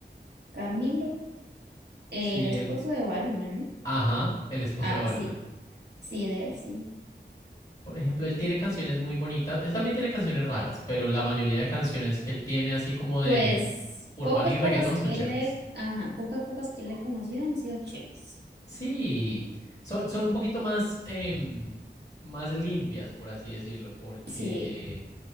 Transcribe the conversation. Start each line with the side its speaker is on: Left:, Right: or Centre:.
Right: Camilo, eh,
Left: sí,
Right: el esposo
Left: el,
Right: de Baluna, ¿no? no?
Left: ajá, el esposo
Right: Ah,
Left: de Baluna.
Right: sí, sí, de él, sí.
Left: Por ejemplo, él tiene canciones muy bonitas. Él también tiene canciones raras, pero la mayoría de canciones que él tiene, así como de
Right: Pues
Left: urbana
Right: pocas,
Left: y
Right: pocas
Left: reggaetón, son
Right: que
Left: chéveres.
Right: le, ajá, pocas, pocas que le he conocido han sido chéveres.
Left: Sí, son, son un poquito más, em, más limpias, por así decirlo, porque,
Right: Sí.